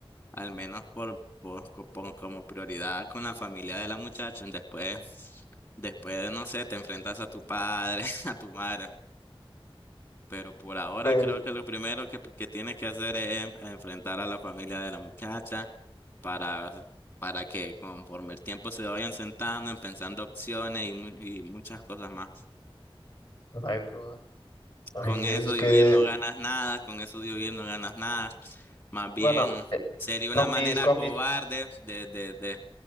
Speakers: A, on the left; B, on the left.
A: al menos por, por- co- por- como prioridad con la familia de la muchacha. Después, después, no sé, te enfrentas a tu padre, <laughs> a tu madre. Pero por ahora
B: pues,
A: creo que lo primero que, que tienes que hacer es en- enfrentar a la familia de la muchacha para, para que conforme el tiempo se vayan sentando, en pensando opciones y, mu- y muchas cosas más.
B: ay, bro, ay,
A: Con eso
B: es
A: de
B: que,
A: huir no ganas nada, con eso de huir no ganas nada. Más bien
B: bueno, eh,
A: sería
B: con
A: una manera
B: mis, con
A: cobarde
B: mis
A: de, de, de